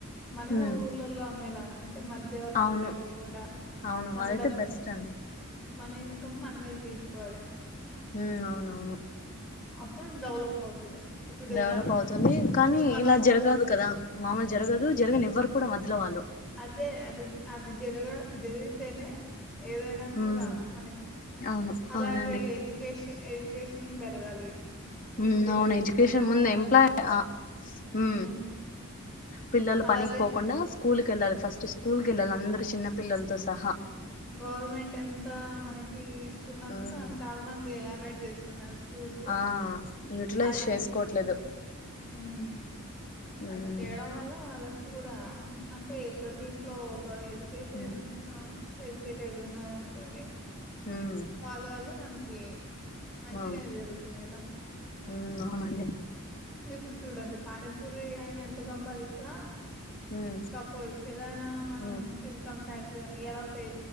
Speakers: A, in the centre; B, on the left.
A: మన మా
B: ఉమ్
A: ఊర్లల్లో అమ్మలాగా అంటే మధ్యవర్తులు
B: అవును
A: లేకోకుండా
B: అవును
A: మన
B: అదైతే
A: డబ్బు
B: బెస్ట్ అండి
A: మన ఇన్కమ్ మన మీద తీసుకోవాలి
B: హ అవునవును
A: అప్పుడు డెవలప్ అవుతుంది ఇప్పుడు
B: డెవలప్
A: ఎలా
B: అవుతుంది కానీ
A: ఇప్పుడు మనం
B: ఇలా జరగదు కదా మామలు జరగదు జరిగిన ఎవ్వరు కూడా మొల వాళ్ళు
A: అదే అది అది జరగ జరిగితేనే ఏదైనా
B: ఉమ్
A: కూడా మనకి
B: అవును
A: అలాగే
B: అవునండి
A: ఎడ్యుకేషన్ ఎడ్యుకేషన్ పెరగాలి
B: హ
A: విలేజెస్
B: అవును ఎజుకేషన్
A: లో మామూలుగా
B: ముంద ఎంప్లాయ్ ఆ హ
A: మ్,
B: పిల్లలు
A: అలాగే
B: పనికి పోకుండా స్కూల్కి వెళ్ళాలి ఫస్ట్ స్కూల్ క వెళ్ళాలి అందరు చిన్న పిల్లలతో సహా
A: గవర్నమెంట్ ఎంత మనకి చస్తున్నా
B: ఉమ్
A: కూడా చాలా మంది అవాయిడ్ చేస్తున్నారు స్కూల్స్
B: ఆ యూటిలైజ్
A: అది
B: చేసుకోవట్లేదు
A: అది మ్.
B: ఉమ్
A: అది చేయడం వల్ల వాళ్ళకి కూడా అంటే ప్రతి ఇంట్లో ఒక ఎడ్యుకేషన్
B: ఉమ్
A: ఎడ్యుకేటెడ్ ఉన్నాడు అనుకోండి
B: ఉమ్
A: వాళ్ళ వల్ల మనకి మంచిగా
B: అవును
A: జరుగుతుంది కదా
B: ఉమ్ అవునండి
A: ఇప్పుడు చూడండి పానీపూరి ఆయన ఎంత సంపాదించినా
B: ఉమ్
A: సపోజ్ ఏదనా మనం
B: ఉమ్
A: ఇన్కమ్ ట్యాక్స్ ఎలా తె